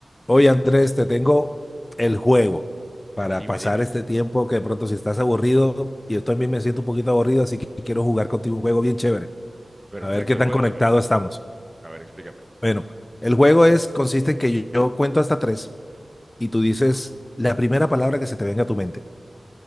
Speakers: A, on the left; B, on the right.
A: Oye, Andrés, te tengo el juego para
B: Dime,
A: pasar
B: dime.
A: este tiempo que de pronto si estás aburrido, y yo también me siento un poquito aburrido, así que quiero jugar contigo un juego bien chévere.
B: Perfecto,
A: A ver qué tan
B: cuéntame.
A: conectados estamos.
B: A ver, explícame.
A: Bueno, el juego es, consiste en que yo, yo cuento hasta tres y tú dices la primera palabra que se te venga a tu mente.